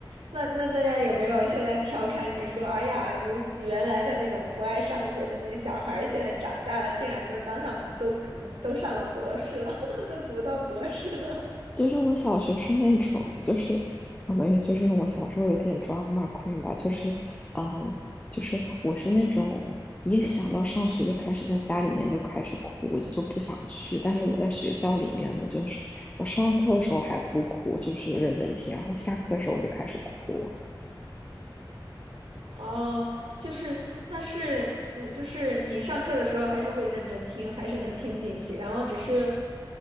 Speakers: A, on the right; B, on the left.
A: 那那大家有没有现在调侃你说，哎呀，如原来的那种不爱上学的那小孩儿，现在长大了，竟然都当上都都上了博士了，<laughs> 都读到博士了。
B: 就是我小学是那种，就是可能也就是因为我小时候有点 drama queen 吧，就是嗯，就是我是那种一想到上学就开始在家里面就开始哭，我就不想去。但是我在学校里面呢，就是我上课的时候还不哭，就是认真听，然后下课的时候我就开始哭。
A: 哦，就是那是，呃，就是你上课的时候还是会认真听，还是能听进去，然后只是，